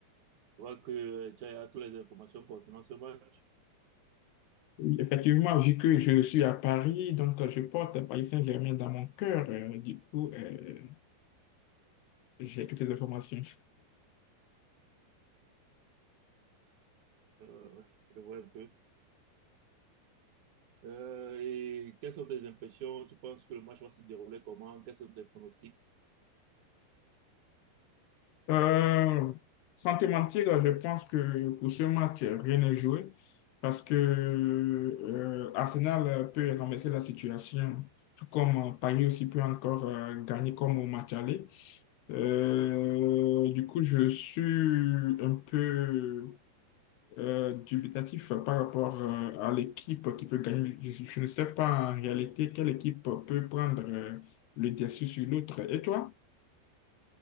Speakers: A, on the right; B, on the left.
A: Je vois que tu as toutes les informations concernant ce match.
B: Oui, effectivement, vu que je suis à Paris, donc euh, je porte Paris Saint-Germain dans mon cœur. euh, du coup, euh, j'ai toutes les informations.
A: Euh, ouais, je vois un peu. Euh, et quelles sont tes impressions? Tu penses que le match va se dérouler comment? Quels sont tes pronostics?
B: Euh, sans te mentir, je pense que pour ce match, euh, rien n'est joué parce que euh, Arsenal peut renverser la situation, tout comme euh, Paris aussi peut encore euh, gagner comme au match aller. Euh, du coup, je suis un peu euh, dubitatif par rapport euh, à l'équipe qui peut gagner. Je, je ne sais pas en réalité quelle équipe peut prendre euh, le dessus sur l'autre. Et toi?